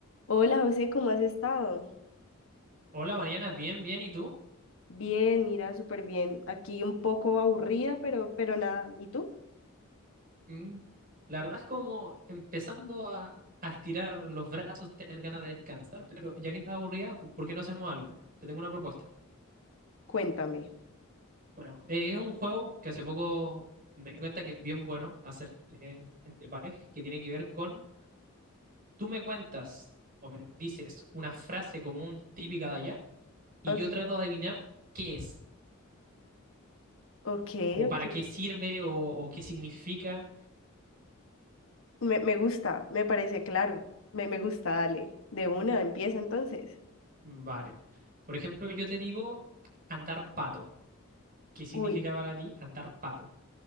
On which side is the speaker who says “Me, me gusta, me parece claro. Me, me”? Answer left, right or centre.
Left